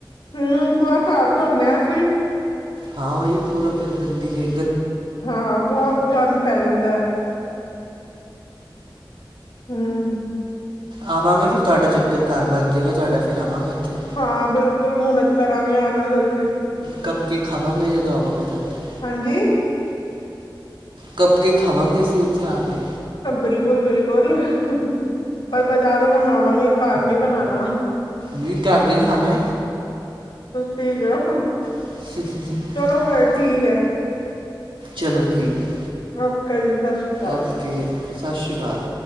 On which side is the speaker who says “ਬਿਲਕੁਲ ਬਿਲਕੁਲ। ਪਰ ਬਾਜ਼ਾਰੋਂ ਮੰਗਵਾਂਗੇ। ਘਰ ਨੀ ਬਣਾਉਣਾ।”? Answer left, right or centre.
Left